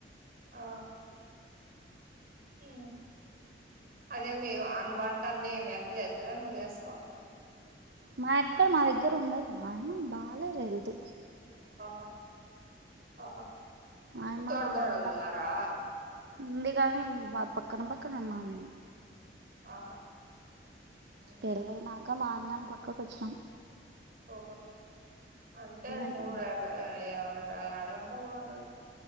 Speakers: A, on the right; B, on the right.
A: ఆ ఊ అదే మీరు అన్వాంట ఏం మీ అత్త ఏస్తద నువ్ చేస్తవ
B: మా ఇత్త మా దగ్గర ఉండదు మా అమ్మ బాగాలేదు హెల్తు
A: అహ హాహా
B: ఆయమ్మ
A: తోడు
B: ఆడుంటా
A: కోడలు ఉన్నారా
B: ఉంది గాని మా పక్కన పక్కన ఉన్నాం మేము
A: ఆహా ఉమ్,
B: పెళ్లయి నాక మాన్నాం పక్కకు వచ్చినం
A: ఓహో అంటే
B: అయితాంటై
A: ఎవడు ఆడు ఆ ఎవరో అడంతా బాగుంట